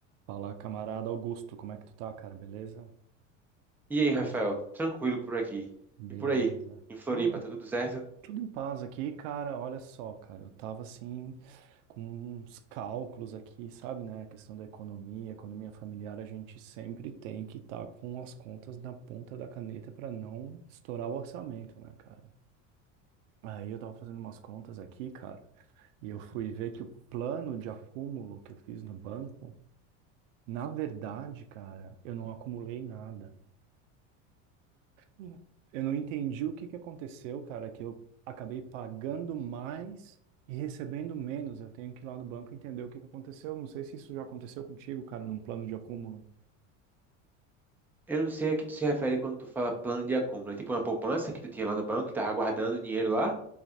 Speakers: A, on the right (about 75°); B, in the centre.
A: Fala, camarada Augusto, como é que tu tá, cara? Beleza?
B: E aí, Rafael, tranquilo por aqui.
A: Beleza.
B: E por aí, em Floripa,
A: Tô
B: tá tudo certo?
A: tudo em paz aqui, cara. Olha só, cara, eu tava assim com uns cálculos aqui, sabe, né? A questão da economia, economia familiar, a gente sempre tem que estar com as contas na ponta da caneta pra não estourar o orçamento, né, cara? Aí eu tava fazendo umas contas aqui, cara, e eu fui ver que o plano de acúmulo que eu fiz no banco, na verdade, cara, eu não acumulei nada. Uhum. Eu não entendi o que que aconteceu, cara, que eu acabei pagando mais e recebendo menos. Eu tenho que ir lá no banco entender o que que aconteceu. Não sei se isso já aconteceu contigo, cara, num plano de acúmulo.
B: Eu não sei a que tu se refere quando tu fala plano de acúmulo. É tipo uma poupança que tu tinha lá no banco, que tava guardando dinheiro lá?